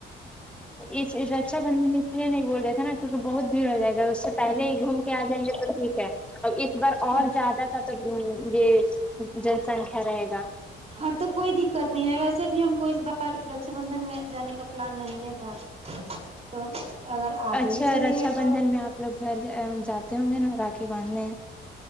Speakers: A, in the centre; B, on the right (about 30°).
A: اس رکجھا بندھن اس لیے نہیں بول رہے تھے نا کیکہ بہت بھیڑ
B: ہے
A: ہو جائے گا اس سے پہلے ہی گھوم کے آ جائیں گے تو ٹھیک ہے اور اس بار اور
B: ہاں
A: زیادہ یہ جن سنکھیا رہے گا
B: ہاں تو کوئی دقت نہیں ہے ویسے بھی ہم کو اس بار رکشا بندھن میں جانے کا پلان نہیں ہے تھا تو اگر آگے
A: اچھا
B: ہی چلیں
A: رکشا
B: گے تو
A: بندھن میں آپ لوگ گھر جاتے ہوں گے نا راکھی باندھنے ہیں